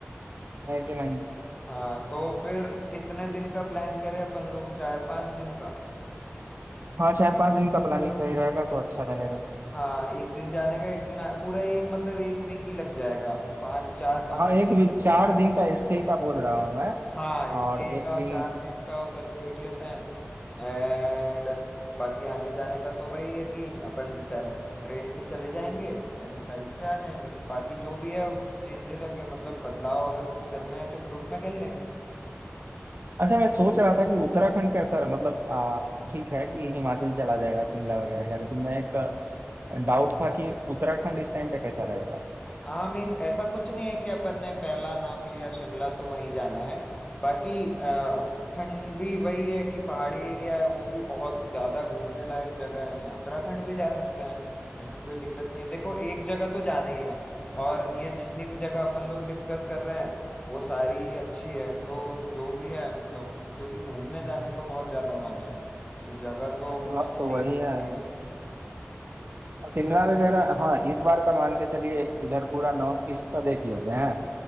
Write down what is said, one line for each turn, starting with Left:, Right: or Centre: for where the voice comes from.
Right: है कि नहीं
Left: हाँ तो फिर कितने दिन का प्लान करें अपन लोग चार पांच दिन का
Right: हाँ चार पांच दिन का प्लानिंग सही रहेगा तो अच्छा रहेगा
Left: हाँ एक दिन जाने का एक दिन आ... पूरा एक मतलब एक वीक ही लग जाएगा पाँच चार पाँच
Right: हाँ एक वीक चार दिन का स्टे का बोल रहा हूँ मैं
Left: हाँ स्टे
Right: और एक
Left: का
Right: दिन
Left: चार दिन का उधर देख लेते हैं एंड बाकी आने जाने का तो वही है कि अपन चल ट्रेन से चले जाएंगे एंड फ्लाइट से आ जाएंगे बाकी जो भी है चेंजेस अगर मतलब बदलाव अगर कुछ करने हैं तो ग्रुप में कर लेंगे
Right: अच्छा मैं सोच रहा था कि उत्तराखंड कैसा रहा मतलब आ, ठीक है कि हिमाचल चला जाएगा शिमला वगैरह का लेकिन मैं एक डाउट था कि उत्तराखंड इस टाइम पे कैसा रहेगा
Left: हाँ मीन्स ऐसा कुछ नहीं है कि अपन ने पहला नाम लिया शिमला तो वहीं जाना है बाकी अ,
Right: हाँ
Left: उत्तराखंड भी वही है कि पहाड़ी एरिया है वो भी बहुत ज्यादा घूमने लायक जगह है तो उत्तराखंड भी जा सकते हैं ऐसी कोई दिक्कत नहीं है देखो एक जगह तो जाना ही है और ये जितनी भी जगह अपन लोग डिस्कस कर रहे हैं वो सारी ही अच्छी है तो जो भी है मतलब क्योंकि घूमने जाने का बहुत ज्यादा मन है तो जगह तो
Right: हाँ
Left: सारी
Right: तो वही
Left: अच्छी
Right: है
Left: है
Right: और शिमला वगैरह हाँ इस बार का मान के चलिए इधर पूरा नॉर्थ ईस्ट का देख लेते हैं